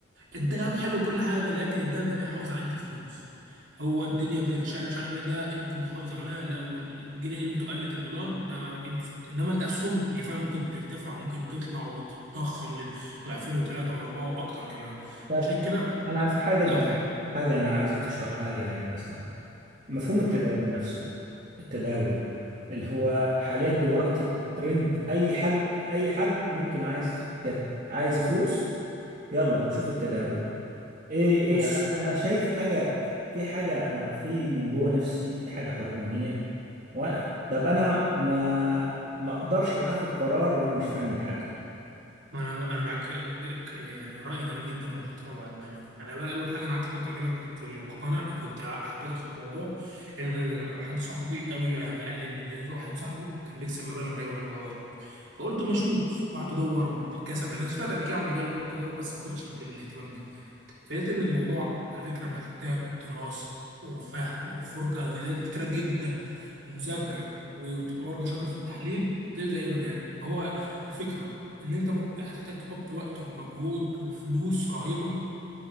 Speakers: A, on the right (about 60°); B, on the right (about 40°).
A: الذهب حلو وكل حاجه لكن الذهب ده بيحافظ على قيمه الفلوس هو الدنيا بتشقلب مش عارف ايه ده قيمته متحافظ عليها لو الجنيه قيمته قلت الدولار ده قيمته ثابتة. انما الاسهم هي فعلا ممكن ترتفع وممكن تطلع وتتضخم لضعفين وثلاثه واربعه واكتر كمان
B: طب
A: عشان كده
B: انا في حاجة
A: ده
B: انت
A: اكتر حاجه
B: حاجة انا عايزك تشرحها لي يعني مثلا مفهوم التداول
A: مم.
B: نفسه التداول اللي هو حاليا دلوقتي ترند اي حد اي حد ممكن عايز يت... عايز فلوس يلا نشوف التداول ايه ايه
A: بص
B: انا شايف حاجة في حاجة انا في من جوه نفسي في حاجة حرمانية وانا طب انا ما ما اقدرش اخد قرار وانا مش فاهم الحاجة
A: ما انا انا معاك ج- ج- يعني راي جميل جدا ومحترم على دماغي انا بقى اول حاجه انا قعدت فتره كده كنت مقتنع كنت حبيت ادخل الموضوع ان حد صاحبي قوي يعني قال لي ان ليه واحد صاحبه كان بيكسب مبالغ رهيبه من الموضوع ده فقلت ما اشوف وقعدت ادور وكسب يعني انا سمعت قبل كده عن المجال وحاولت ادور بس ما كنتش بالاهتمام ده فلقيت ان الموضوع على فكره محتاج دراسه وفهم وفرجه على فيديوهات كتيره جدا ومذاكره وتبقى برضه شاطر في التحليل زيه زي اي مجال هو الفكره ان انت م- هتحتاج تحط وقت ومجهود وفلوس رهيبه